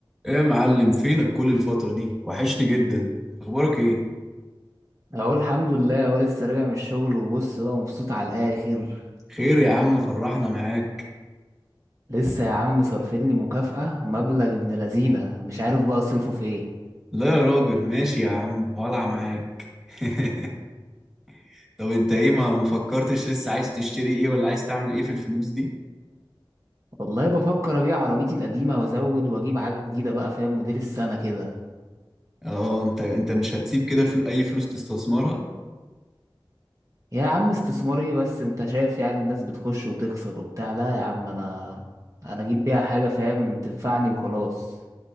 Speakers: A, in the centre; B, on the right (about 35°).
A: ايه يا معلم فينك كل الفترة دي وحشني جدا اخبارك ايه
B: اقول الحمد لله اهو لسه راجع من الشغل وبص بقى مبسوط على الاخر
A: خير يا عم فرحنا معاك
B: لسه يا عم صارفين لي مكافأة مبلغ ابن لذينه مش عارف بقى اصرفه في ايه
A: لا يا راجل ماشي يا عم ولع معاك <laughs> طب انت ايه ما ما فكرتش لسه عايز تشتري ايه ولا عايز تعمل ايه في الفلوس دي
B: والله بفكر ابيع عربيتي القديمة وازود واجيب حاجة جديدة بقى فاهم موديل السنة كده
A: اه انت انت مش هتسيب كده فل... اي فلوس تستثمرها
B: يا عم استثمار ايه بس انت شايف يعني الناس بتخش وتخسر وبتاع لا يا عم انا انا اجيب بيها حاجة فاهم تنفعني وخلاص